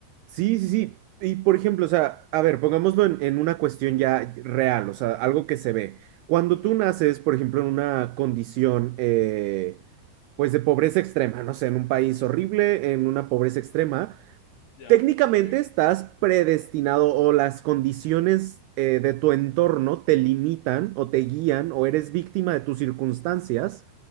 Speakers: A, on the right; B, on the left.
A: Sí, sí, sí. Y por ejemplo, o sea, a ver, pongámoslo en, en una cuestión ya real, o sea, algo que se ve. Cuando
B: Ujú.
A: tú naces, por ejemplo, en una condición, eh, pues de pobreza extrema, no sé, en un país horrible, en una pobreza extrema,
B: Ya,
A: Técnicamente
B: ok.
A: estás predestinado o las condiciones eh, de tu entorno te limitan o te guían o eres víctima de tus circunstancias.